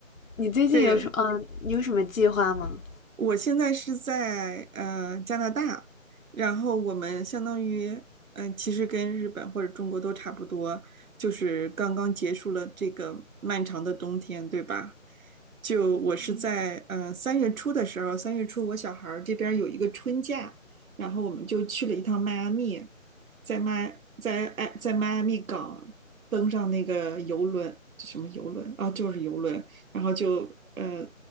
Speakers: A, on the left (about 75°); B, on the right (about 85°).
A: 你最近有什么？
B: 对，
A: 嗯、你有什么计划吗？
B: 我现在是在呃加拿大，然后我们相当于嗯、呃其实跟日本或者中国都差不多，就是刚刚结束了这个漫长的冬天，对吧？就我是在嗯三月初的时候，三月初我小孩儿这边儿有一个春假，然后我们就去了一趟迈阿密，在迈在哎在迈阿密港登上那个游轮，这什么游轮啊，就是游轮，然后就呃